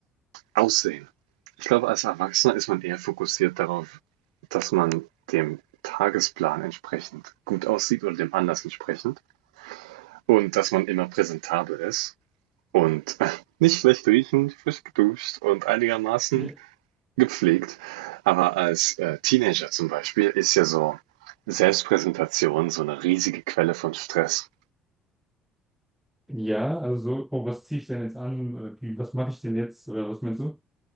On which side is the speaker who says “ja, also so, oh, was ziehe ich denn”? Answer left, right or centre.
Centre